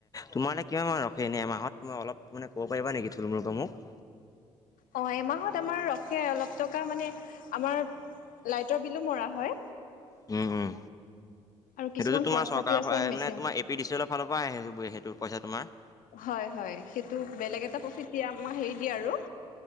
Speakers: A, on the left; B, on the left.
A: তোমাৰ এনে কিমান মান ৰখে এনেই এমাহত? মই অলপ মানে কব পাৰিবা নেকি থুলমূলকে মোক?
B: অ এমাহত আমাৰ ৰখে অলপ টকা মানে, আমাৰ লাইটৰ বিলো মৰা হয়।
A: Home home.
B: আৰু কিছুমান
A: সেইটোতো তোমাৰ
B: খৰচ
A: চৰকাৰৰ
B: পাতিও আছে মেচিনটো
A: মানে তোমাৰ A P D C L ৰ ফালৰ পৰা আহে সেইটো পইচা তোমাৰ?
B: হয় হয়, সেইটো বেলেগ এটা প্ৰফিট দিয়ে আমাৰ হেৰি দিয়ে আৰু।